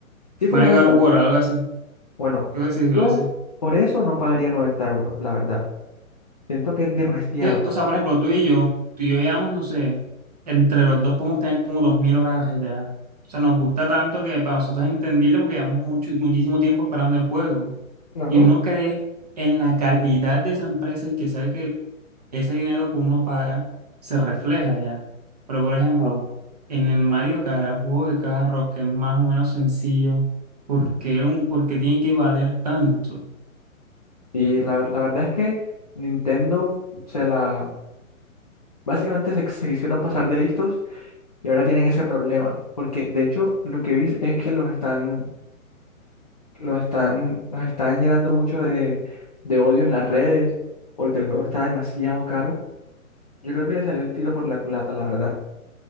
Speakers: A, on the left; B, on the right.
A: Sí fue
B: Mario
A: un Mario
B: Kart
A: Kart.
B: World, algo así.
A: Bueno,
B: Creo que sí, creo
A: yo
B: que sí.
A: por eso no pagaría 90 euros, la verdad. Siento que es demasiado.
B: que, o sea, por ejemplo, tú y yo, tú y yo llevamos, no sé, entre los dos podemos tener como 2000 horas de GTA. O sea, nos gusta tanto que para nosotros es entendible porque llevamos mucho, muchísimo tiempo esperando el juego.
A: Claro.
B: Y uno cree en la calidad de esa empresa y que sabe que ese dinero que uno paga se refleja ya. Pero, por ejemplo,
A: Ajá.
B: en el Mario Kart, un juego de carros que es más o menos sencillo, ¿por qué, un, por qué tiene que valer tanto? O
A: Y la, la verdad es que Nintendo se la... Básicamente se, se quisieron pasar de listos y ahora tienen ese problema. Porque de hecho lo que vi es que los están, los están, los están llenando mucho de, de odio en las redes porque el juego está demasiado caro. Yo creo que le salió el tiro por la culata, la verdad.